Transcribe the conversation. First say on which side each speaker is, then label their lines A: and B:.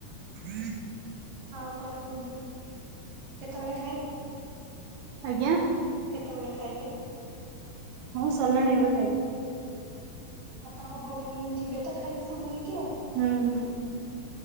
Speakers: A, on the right; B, on the right.
A: ହୁଁ
B: ଆଉ କଣ କୁହନ୍ତୁ, କେତେବେଳେ ଖାଇବେ?
A: ଆଜ୍ଞା?
B: କେତେବେଳେ ଖାଇବେ?
A: ହଁ ସରିଲାଣି ଏବେ ଖାଇବି।
B: ଆପଣ ଭୋଉଣୀ ଥିବେ ତ ଖାଇବେ ସାଙ୍ଗ ହେଇକି ଆଉ।
A: ହୁଁ ହୁଁ।